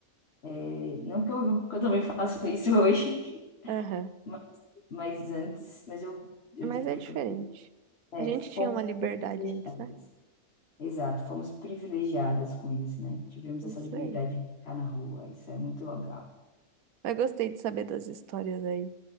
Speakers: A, on the left; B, on the right.
A: É, não que eu julgo, porque eu também <laughs> faço isso hoje.
B: Aham.
A: <laughs> Mas antes, mas eu, eu
B: Mas
A: digo
B: é
A: que
B: diferente.
A: fui- é,
B: A gente
A: fomos
B: tinha uma liberdade
A: privilegiadas.
B: antes, né?
A: Exato, fomos privilegiadas com isso, né? Tivemos
B: Isso
A: essa liberdade
B: aí.
A: de brincar na rua, isso é muito legal
B: Mas gostei de saber das histórias aí.